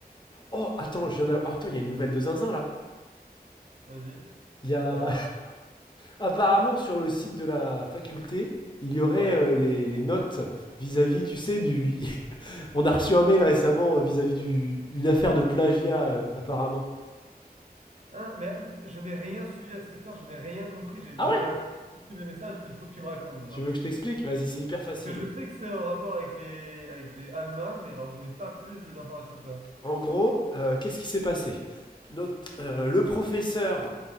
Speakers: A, on the left (about 30°); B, on the right (about 45°).
A: Oh, attends, je viens d'avoir. Attends, il y a une nouvelle de Zinzin là.
B: Vas-y.
A: Il y a.
B: balance.
A: Apparemment, sur le site de la faculté, il y aurait
B: Ouais.
A: euh, les, les notes vis-à-vis, tu sais, du. <laughs> On a reçu un mail récemment euh, vis-à-vis du- d'une affaire de plagiat, euh, apparemment.
B: Hein, mais euh, je n'ai rien suivi à cette histoire, je n'ai rien compris. j'ai-
A: Ah
B: J'avais
A: ouais
B: la flemme de suivre les messages, il faut que tu me racontes, genre.
A: Tu veux que je t'explique Vas-y, c'est hyper facile.
B: Parce que je sais que c'est en rapport avec les, avec les Alma, mais alors je n'ai pas plus de- d'informations que ça.
A: En gros, euh, qu'est-ce qui s'est passé Notre, euh, Le professeur